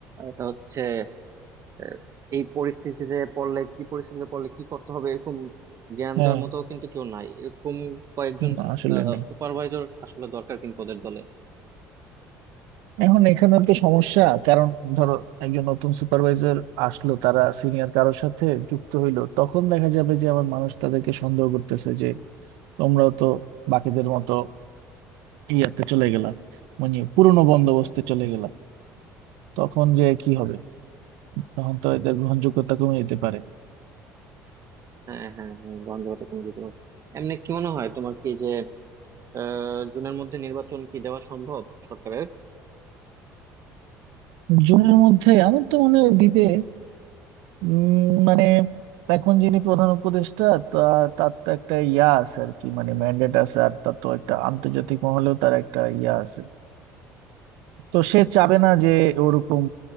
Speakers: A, on the right; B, on the right.
A: এটা হচ্ছে আহ, এই পরিস্থিতিতে পড়লে কি পরিস্থিতিতে পড়লে কি করতে হবে এরকম জ্ঞান
B: হ্যাঁ
A: দেওয়ার মতো কিন্তু কেউ নাই এরকম কয়েকজন
B: না আসলে নেই
A: সুপারভাইজার আসলে দরকার কিন্তু ওদের দলে
B: এখন এখানে তো সমস্যা কারণ ধরো একজন নতুন সুপারভাইজার আসলো তারা সিনিয়র কারোর সাথে যুক্ত হইলো তখন দেখা যাবে যে আমার মানুষ তাদেরকে সন্দেহ করতেছে যে তোমরাও তো বাকিদের মতো ইয়াতে চলে গেলা মানে পুরোনো বন্দোবস্তে চলে গেলা তখন যে কি হবে তখন তো এদের গ্রহণযোগ্যতা কমে যেতে পারে
A: হ্যাঁ হ্যাঁ হ্যাঁ গ্রহণযোগ্যতা কমিটি তোমার এমনি কি মনে হয় তোমার কি যে আহ জুনের মধ্যে নির্বাচন কি দেওয়া সম্ভব সরকারের
B: জুনের মধ্যে আমার তো মনে হয় দিবে উম, মানে এখন যিনি প্রধান উপদেষ্টা তা তার তো একটা ইয়া আছে আর কি মানে ম্যান্ডেট আছে আর তার তো একটা আন্তর্জাতিক মহলেও তার একটা ইয়া আছে তো সে চাবে না যে ওরকম